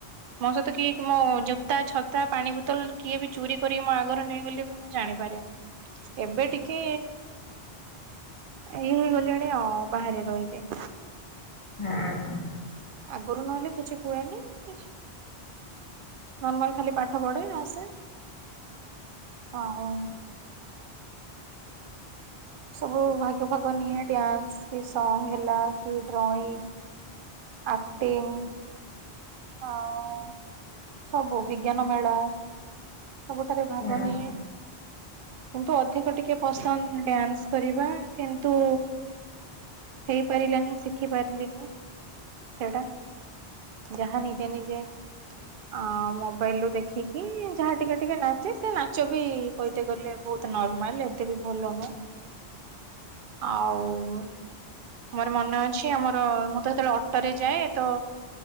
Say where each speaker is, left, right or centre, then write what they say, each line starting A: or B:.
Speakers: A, on the right; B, on the left.
A: ମୋ ସହିତ କିଏକି ମୋ ଜୋତା ଛତ୍ ଛତା ପାଣି ବୋତଲ କିଏବି ଚୋରି କରିକି ମୋ ଆଗରୁ ନେଇଗଲେ ବି ମୁଁ ଜାଣିପାରେନି। ଏବେ ଟିିକେ ଇଏ ହେଇଗଲିଣି ଆଉ ବାହାରେ ରହିକି।
B: ହୁଁ।
A: ଆଗୁରୁ ନ ଏଲେ କିଛି କୁହେନି। କିଛ୍ ନର୍ମାଲ୍ ଖାଲି ପାଠ ପଢେ ଆସେ, ହଁ। ସବୁ ଭାଗ ଫାଗ ନିଏ, ଡ୍ୟାନ୍ସ୍ କି ସଙ୍ଗ୍ ହେଲା କି ଡ୍ରଇଂ ଆକ୍ଟିଙ୍ଗ୍ ଆଉ ସବୁ ବିଜ୍ଞାନ ମେଳା। ସବୁଥେରେ ଭାଗ
B: ହୁଁ
A: ନିଏ। କିନ୍ତୁ ଅଧିକ ଟିକେ ପସନ୍ଦ୍ ଡ୍ୟାନ୍ସ କରିବା। କିନ୍ତୁ ହୋଇପାରିଲାନି ଶିଖିପାରିଲିନି ସେଇଟା। ଯାହା ନିଜେ ନିଜେ ଅ ମୋବାଇଲ୍ ରୁ ଦେଖିକି ଯାହା ଟିକେ ଟିକେ ନାଚେ ସେ ନାଚ ବି କହିତେ ଗଲେ ବହୁତ୍ ନର୍ମାଲ ଏତେବି ଭଲ ନୁଅଁ।
B: <unintelligible>
A: ଆଉ। ମୋର ମନେ ଅଛି ଆମର ମୁଁ ତ ସେତେବେଳେ ଅଟୋ ରେ ଯାଏ। ସେଟୁ